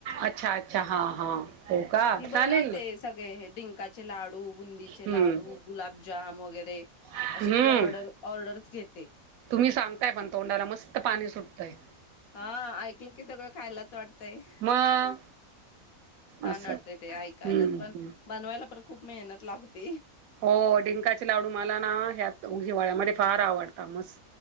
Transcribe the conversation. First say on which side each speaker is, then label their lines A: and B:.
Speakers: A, on the right; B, on the left.
A: अच्छा अच्छा हा हा हो का
B: ती
A: चालेल
B: बनवते
A: ना
B: सगळे डंकाचे लावड बु
A: हम्म
B: लाड
A: हम्म
B: गुजम
A: तुम्ही सांगताय पण तोंडाला मस्त पाणी
B: वड
A: सुटतंय
B: ख
A: मग
B: छान
A: असं
B: अडते ते ऐकायलाच
A: हम्म
B: पण
A: हम्म
B: बनवायला पण खूप मेहनत लागते
A: हो डंकाचे लाडू मला ना ह्यात उझवाळ्यामध्ये फार आवडता मस्